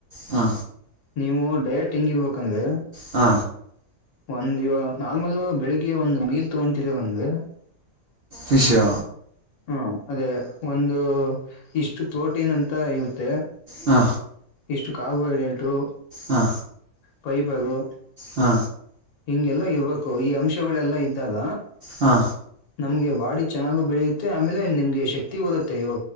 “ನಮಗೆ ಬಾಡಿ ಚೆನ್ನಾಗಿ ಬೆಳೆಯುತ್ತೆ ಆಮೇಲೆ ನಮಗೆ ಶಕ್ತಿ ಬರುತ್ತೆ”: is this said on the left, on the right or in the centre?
Left